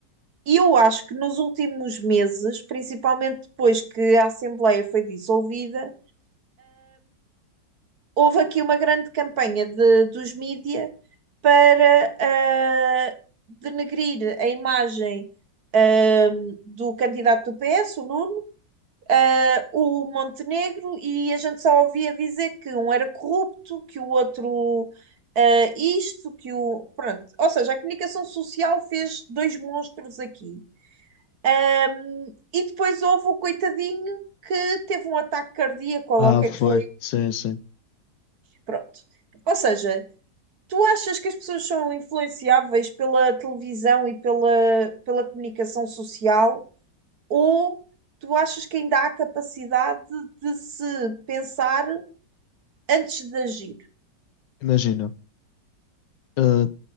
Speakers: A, on the right; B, on the left.
A: E eu acho que nos últimos meses, principalmente depois que a Assembleia foi dissolvida, houve aqui uma grande campanha de- dos mídia para ah, denegrir a imagem ah, do candidato do PS, o Nuno, ah, o Montenegro, e a gente só ouvia dizer que um era corrupto, que o outro ah, isto, que o. Pronto. Ou seja, a comunicação social fez dois monstros aqui. Ah, e depois houve o coitadinho que teve um ataque cardíaco, ou
B: Ah,
A: lá o que
B: foi.
A: é que foi.
B: Sim, sim.
A: Pronto. Ou seja, Tu achas que as pessoas são influenciáveis pela televisão e pela, pela comunicação social? Ou tu achas que ainda há capacidade de se pensar antes de agir?
B: Imagina. ah,